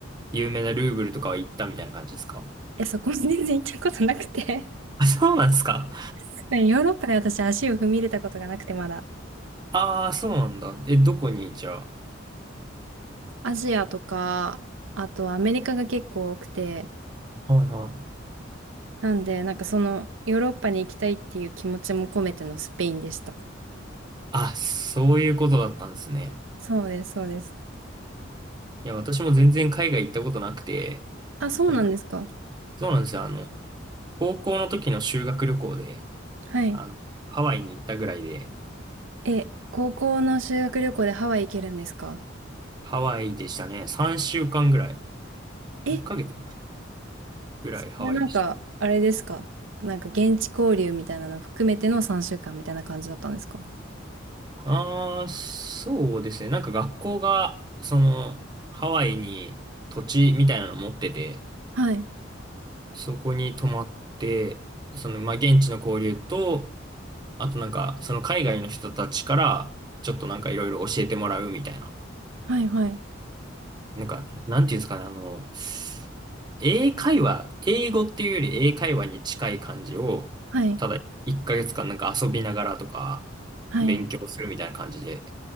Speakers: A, on the right; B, on the right.
A: 有名なルーブルとかは行ったみたいな感じですか <laughs>
B: え、そこに全然行ったことなくて
A: あ、そうなんですか
B: <laughs> ヨーロッパで私足を踏み入れたことがなくてまだ。
A: ああそうなんだ。え、どこにじゃあ。
B: アジアとか、あとアメリカが結構多くて、
A: はいはい。
B: なんで、なんかその、ヨーロッパに行きたいっていう気持ちも込めてのスペインでした。
A: あ、そういうことだったんですね。
B: そうです、そうです。
A: いや、私も全然海外行ったことなくて、
B: あ、そうなんですか。
A: なんか、そうなんですよ。あの、高校の時の修学旅行で、
B: はい。
A: あの、ハワイに行ったぐらいで、
B: え、高校の修学旅行でハワイ行けるんですか
A: ハワイでしたね。3週間ぐらい。
B: え、
A: 1ヶ月ぐらいハワイでした。
B: それなんか、あれですかなんか現地交流みたいなの含めての3週間みたいな感じだったんですか
A: ああ、そうですね。なんか学校が、その、ハワイに土地みたいなの持ってて、
B: はい。
A: そこに泊まって、その、まあ、現地の交流と、あとなんか、その海外の人たちから、ちょっとなんかいろいろ教えてもらうみたいな。
B: はい、はい。
A: なんか、なんていうんですかね、あの、英会話、英語っていうより英会話に近い感じを、
B: はい。
A: ただ1ヶ月間なんか遊びながらとか、
B: はい。
A: 勉強するみたいな感じで